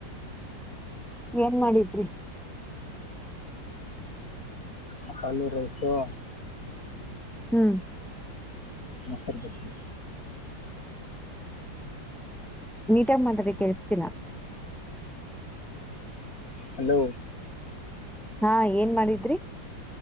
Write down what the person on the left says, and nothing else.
ಮಸಾಲೆ ರೈಸು
ಮೊಸರು ಬಜ್ಜಿ
ಹಲೋ